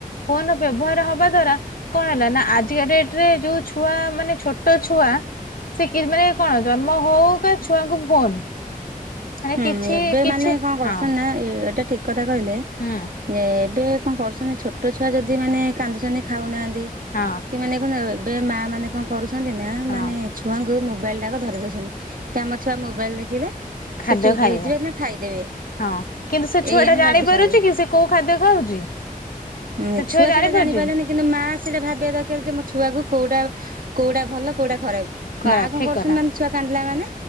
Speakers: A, on the left (about 70°); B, on the right (about 70°).
A: ଫୋନ ବ୍ୟବହାର ହବା ଦ୍ଵାରା କଣ ହେଲା ନା ଆଜିକା ଡେଟ ରେ ଯୋଉ ଛୁଆ ମାନେ ଛୋଟ ଛୁଆ ସେ କି ମାନେ କଣ ଜନ୍ମ ହଉ କା ଛୁଆଙ୍କୁ ଫୋନ ମାନେ
B: ହୁଁ
A: କିଛି
B: ଏବେ
A: କିଛି
B: ମାନେ କଣ କରୁଛନ୍ତି
A: ହଁ
B: ନା ଏଇଟା ଠିକ କଥା କହିଲେ
A: ହୁଁ।
B: ଯେ ଏବେ କଣ କରୁଛନ୍ତି ଛୋଟ ଛୁଆ ଯଦି ମାନେ କାନ୍ଦୁଛନ୍ତି ଖାଉନାହାନ୍ତି
A: ହଁ।
B: କି ମାନେ କ ଏବେ ମା ମାନେ କଣ କରୁଚନ୍ତି ନା,
A: ହଁ
B: ମାନେ ଛୁଆଙ୍କୁ ମୋବାଇଲଟା କୁ ଧରେଇ ଦଉଚନ୍ତି। ଚନ୍ତି ତ, ଆମ ଛୁଆ ମୋବାଇଲ ଦେଖିଲେ
A: ଖାଦ୍ୟ
B: ସେ ଚୁପ୍
A: ଖାଇବ।
B: ହେଇଯିବେ ନା ଖାଇଦେବେ।
A: ହଁ କିନ୍ତୁ ସେ ଛୁଆ
B: ଏଇଆ
A: ଟା
B: ହିଁ
A: ଜାଣି
B: ଭାବୁଛନ୍ତି।
A: ପାରୁଚି କି ସେ କୋଉ ଖାଦ୍ୟ ଖାଉଛି।
B: ଉୁଁ
A: ସେ
B: ଛୁଆ
A: ଜାଣିପାରୁଛି?
B: ସେଟା ଜାଣି ପାଇଲା ନି। କିନ୍ତୁ ମା ସେଇଟା ଭାବିବା ଦରକାର ଯେ, ମୋ ଛୁଆକୁ କୋଉଟା କୋଉଟା ଭଲ କୋଉଟା ଖରାପ।
A: ଖରାପ
B: ମା କଣ
A: ଠିକ
B: କରୁଚନ୍ତି,
A: କଥା
B: ମାନେ ଛୁଆ କାନ୍ଦିଲା ମାନେ